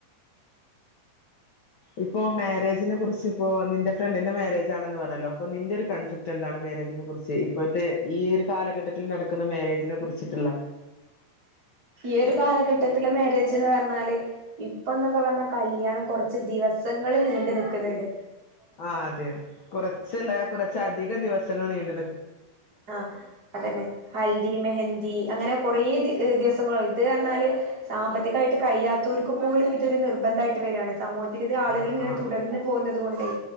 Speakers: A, on the left; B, on the right.
A: ഇപ്പോം മാരേജിനെ കുറിച്ചിപ്പോ നിന്റെ ഫ്രണ്ടിന്റെ മാരേജാണെന്നു പറഞ്ഞല്ലോ അപ്പം നിന്റെ ഒരു കൺസപ് റ്റെന്താണ് മാരേജിനെ കുറിച്ച് ഇപ്പോഴത്തെ ഈ ഒരു കാലഘട്ടത്തിൽ നടക്കുന്ന മാരേജിനെ കുറിച് ച്ചിട്ടുള്ള
B: ഏതു കാലഘട്ടത്തിലും മാരേജെന്ന് പറഞ്ഞാല് ഇപ്പം ന്നൊക്കെ പറഞ്ഞാ കല്യാണം കുറച്ച് ദിവസങ്ങൾ നീണ്ടുനിക്കുന്നുണ്ട്.
A: ആ അതെ കുറച്ചല്ല കുറച്ചധികം ദിവസങ്ങൾ നീണ്
B: ആ അതന്നെ. ഹൽദി, മെഹന്തി അങ്ങനെ കൊറെ ദിവ ദിവസങ്ങള് ഇതുപറഞ്ഞാല് സാമ്പത്തികായിട്ട് കഴിയത്തോർക്ക് പോലും ഇതൊരു നിർബന്ധമായിട്ട് വരാണ് സമൂഹത്തിലിത് ആളുകള്
A: ആ
B: ങ്ങനെ
A: ആ
B: തുടർന്ന് പോകുന്നതുകൊണ്ടെ